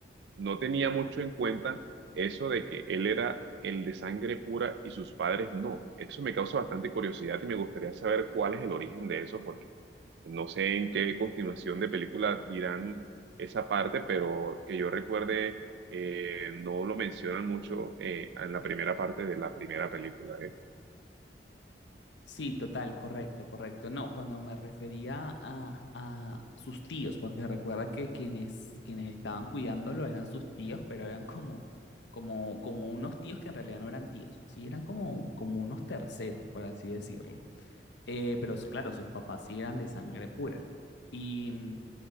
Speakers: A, on the right; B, on the left.
A: no tenía mucho en cuenta eso de que él era el de sangre pura y sus padres no. Eso me causa bastante curiosidad y me gustaría saber cuál es el origen de eso, porque no sé en qué continuación de película dirán esa parte, pero que yo recuerde, eh, no lo mencionan mucho eh, en la primera parte de la primera película, ¿eh?
B: Sí, total, correcto, correcto. No, cuando me refería a, a sus tíos, porque recuerda que quienes, quienes estaban cuidándolo eran sus tíos, pero eran como, como, como unos tíos que en realidad no eran tíos, sí, eran como, como unos terceros, por así decirlo. Eh, pero s- claro, sus papás sí eran de sangre pura. Y mm,